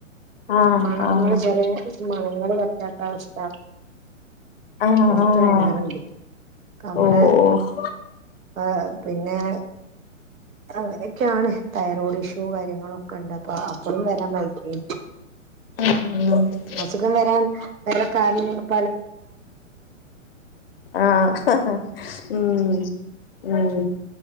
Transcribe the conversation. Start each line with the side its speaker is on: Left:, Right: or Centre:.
Left: ആഹ്
Right: മണങ്ങള്
Left: ആഹ്
Right: ചെറിയ മണങ്ങള് പറ്റാത്ത അവസ്ഥ
Left: ആഹ്
Right: എനിക്ക്
Left: ആഹ്
Right: വരാറുണ്ട് നമ്മള്
Left: ഓഹ്
Right: ആഹ് പിന്നെ- അങ്ങനെക്കെയാണ് തൈറോയ്ഡ് ഇഷ്യൂ കാര്യങ്ങളൊക്കെയിണ്ട് അപ്പാ അപ്പഴും വരാൻ താൽപര്യ
Left: <inaudible>
Right: അസുഖം വരാൻ വേറെ കാരണങ്ങളൊന്നും-
Left: ആഹ് ഹ ഹ ഹ ഉം ഉം